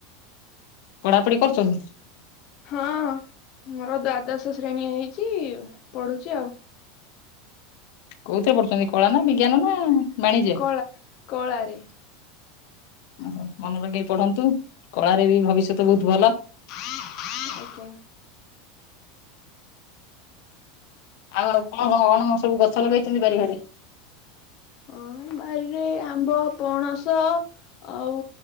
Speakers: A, on the left; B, on the left.
A: ପଢାପଢି କରୁଚନ୍ତି?
B: ହଁ ମୋର ଦ୍ଵାଦଶ ଶ୍ରେଣୀ ହେଇଚି ପଢୁଚି ଆଉ।
A: କୋଉଥିରେ ପଢୁଛନ୍ତି କଳା ନା ବିଜ୍ଞାନ ନା? ବାଣିଜ୍ୟ?
B: କଳା କଳାରେ।
A: ଓହୋ ମନ ଲଗେଇ ପଢନ୍ତୁ କଳାରେ ବି ଭବିଷ୍ୟତ ବହୁତ ଭଲ।
B: ଆଜ୍ଞା।
A: ଆଉ କଣ କଣ କଣ ସବୁ ଗଛ ଲଗେଇଚନ୍ତି ବାରିଘରେ?
B: ହଁ ବାରିରେ ଆମ୍ବ, ପଣସ ଆଉ